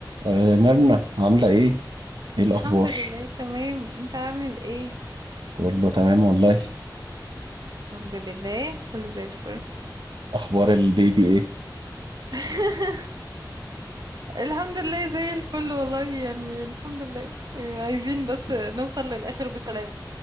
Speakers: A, on the right; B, on the right.
A: آه، مرنة عاملة ايه؟ ايه الأخبار؟
B: الحمد لله تمام انت عامل ايه
A: بقول له تمام والله
B: الحمد لله كله زي الفل
A: أخبار البيبي ايه؟
B: <laughs> الحمد لله زي الفل والله يعني الحمد لله عايزين بس نوصل للآخر بسلام